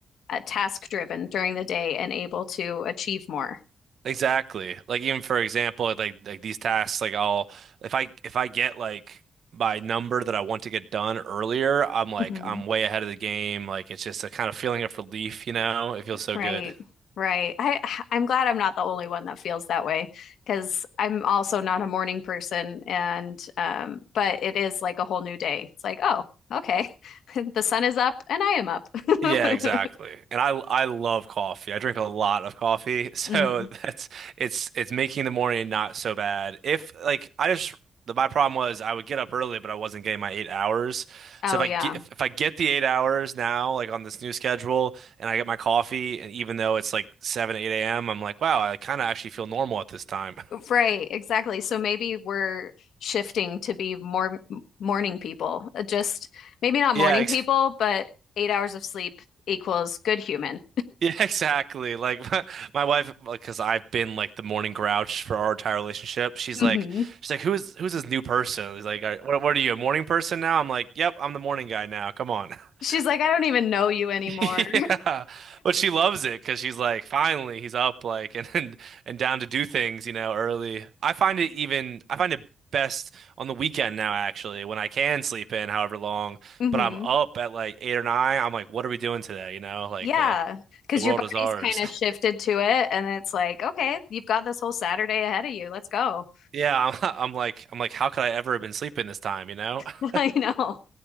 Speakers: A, on the left (about 80°); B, on the right (about 65°).
A: uh, task driven during the day and able to achieve more.
B: Exactly. Like even for example, like like like these tasks, like I'll if I if I get like my number that I want to get done earlier, I'm like
A: hmm
B: I'm way ahead of the game. Like it's just a kind of feeling of relief, you know? It feels so
A: Right.
B: good.
A: Right. I I'm glad I'm not the only one that feels that way because I'm also not a morning person and um but it is like a whole new day. It's like, oh, okay. <laughs> The sun is up and I am up.
B: Yeah, exactly.
A: <laughs>
B: And I I love coffee. I drink a lot of coffee. <laughs> So
A: hmm
B: that's it's it's making the morning not so bad. If like I just the, my problem was I would get up early, but I wasn't getting my eight hours.
A: Oh
B: So if
A: yeah.
B: I get if, if I get the eight hours now, like on this new schedule, and I get my coffee, and even though it's like seven, eight a.m., I'm like, wow, I kind of actually feel normal at this time. <laughs>
A: Right, exactly. So maybe we're shifting to be more m- morning people. Uh, Just maybe not
B: Yeah,
A: morning people, but eight hours of sleep equals good human.
B: Yeah, <laughs> exactly. Like my, my wife, like, because I've been like the morning grouch for our entire relationship. She's
A: hmm
B: like, she's like, who's who's this new person? He's like, "Are- what, what are you, a morning person now? I'm like, yep, I'm the morning guy now. Come on. <laughs>
A: She's like, I don't even know you anymore.
B: Yeah, but she loves it because she's like, finally, he's up, like, <laughs> and, and and down to do things, you know, early. I find it even, I find it best on the weekend now, actually, when I can sleep in however long,
A: <laughs> hmm
B: but I'm up at like eight or nine. I'm like, what are we doing today? You know, like
A: Yeah,
B: the
A: because
B: the world
A: your body's
B: is ours.
A: kind of shifted to it, and it's like, okay, you've got this whole Saturday ahead of you. Let's go.
B: Yeah, I'm, <laughs> I'm like I'm like how could I ever have been sleeping this time, you know? <laughs>
A: <laughs> I know.